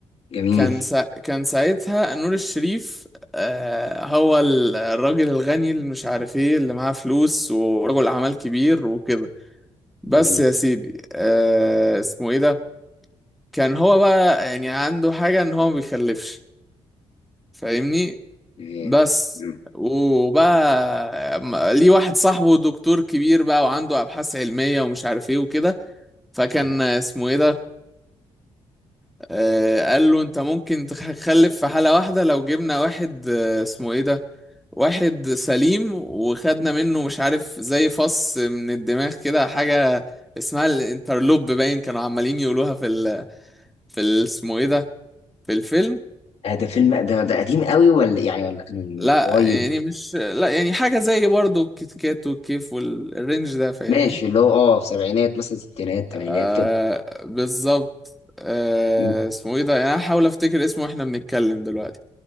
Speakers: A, on the left; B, in the centre.
A: جميل
B: كان سا... كان ساعتها نور الشريف آه هو ال- الراجل الغني اللي مش عارف ايه اللي معاه فلوس ورجل اعمال كبير وكده بس
A: جميل
B: يا سيدي آه اسمه ايه ده كان هو بقى يعني عنده حاجة ان هو ما بيخلفش فاهمني
A: جميل.
B: بس
A: مم.
B: وبقى م- ليه واحد صاحبه دكتور كبير بقى وعنده ابحاث علمية ومش عارف ايه وكده فكان
A: مم.
B: اسمه ايه ده آه، قال له انت ممكن تخلف في حالة واحدة لو جبنا واحد آه، اسمه ايه ده واحد سليم وخدنا منه مش عارف زي فص من الدماغ كده حاجة اسمها الانترلوب باين كانوا عمالين يقولوها في ال في ال- اسمه ايه ده في الفيلم
A: آه ده فيلم ده ده قديم قوي ولا يعني ولا كان
B: لا
A: من قريب
B: يعني مش لا يعني حاجة زي برضو الكيت كات والكيف والرينج ده فاهمني
A: ماشي اللي هو اه في سبعينات مثلا ستينات تمانينات
B: آه
A: كده
B: بالظبط آه
A: مم.
B: اسمه ايه ده يعني أنا هحاول افتكر اسمه واحنا بنتكلم دلوقتي